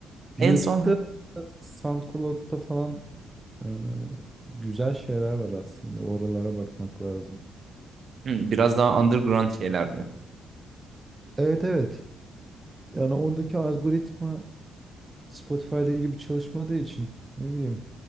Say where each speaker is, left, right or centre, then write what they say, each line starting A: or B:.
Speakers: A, on the right (about 15°); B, on the right (about 50°).
A: YouTube'da,
B: En son hı,
A: SoundCloud'da falan e, güzel şeyler var aslında. Oralara bakmak lazım.
B: biraz daha underground şeyler mi?
A: Evet evet. Yani oradaki algoritma Spotify'da gibi çalışmadığı için ne bileyim